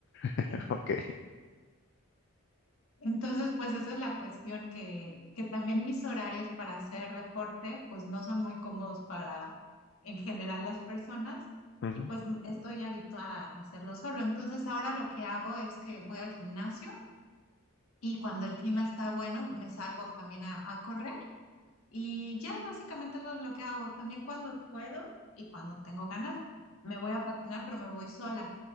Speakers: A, on the left; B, on the left.
A: <laughs>
B: Este,
A: Ok.
B: entonces, pues esa es la cuestión, que, que también mis horarios para hacer deporte, pues no son muy cómodos para en general las personas
A: Ujú,
B: y pues m- estoy habituada a hacerlo solo. Entonces, ahora lo que hago es que voy al gimnasio y cuando el clima está bueno, me salgo también a, a correr y ya básicamente eso es lo que hago. También cuando puedo y cuando tengo ganas, me voy a patinar, pero me voy sola.